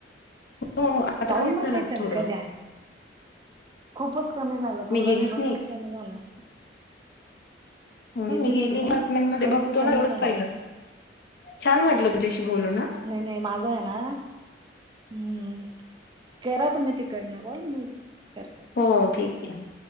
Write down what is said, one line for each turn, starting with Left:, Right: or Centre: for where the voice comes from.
Left: हो आता
Right: जाऊन
Left: कमी
Right: बघायचं
Left: झालं थोडं.
Right: ना कधी, खूपच कमी झालं
Left: मी
Right: थोडा
Left: गेलीच
Right: नाही भरपूर कमी झालाना.
Left: मी
Right: होती
Left: गेली
Right: ना.
Left: रमेंट मध्ये
Right: भरपूर
Left: बघतो
Right: कमी
Left: ना एवढंच
Right: झालंय
Left: पहिलं, छान वाटलं तुझ्याशी बोल ना.
Right: नाही नाही माझा आहे ना, हम्म करा तुम्ही तिकडन कॉल मी करते.
Left: हो ठीक आहे.